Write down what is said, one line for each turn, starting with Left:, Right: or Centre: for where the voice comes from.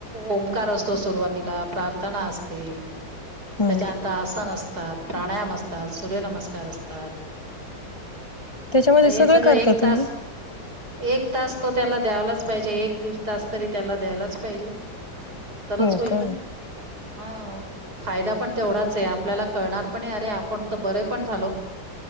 Right: ओंकार असतो सुरुवात तिला प्रार्थना असते.
Left: हम्म
Right: त्याच्यानंतर आसन असतात. प्राणायाम असतात. सूर्यनमस्कार असतात.
Left: त्याच्यामध्ये
Right: म हे सगळं
Left: करता
Right: एक
Left: तुम्ही
Right: तास एक तास तो त्याला द्यायलाच पाहिजे. एक दीड तास तरी त्याला द्यायलाच पाहिजे. तरच
Left: हो
Right: होईल
Left: का?
Right: ना हा फायदा पण तेवढाच आहे, आप आपल्याला कळणार पण अरे आपण तर बरे पण झालो.